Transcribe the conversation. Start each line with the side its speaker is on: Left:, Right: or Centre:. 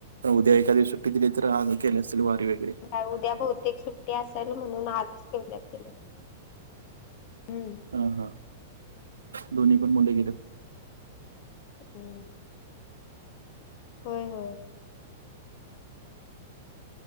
Right: उद्या एखादी सुट्टी दिली तर आज केल्या असतील वारी वग
Left: हां उद्या बहुतेक सुट्टी असल म्हणून आजच ठेवल्यात त्यांनी हम्म,
Right: हा हा, दोन्ही पण मुले गेल्यात.
Left: हम्म, होय होय.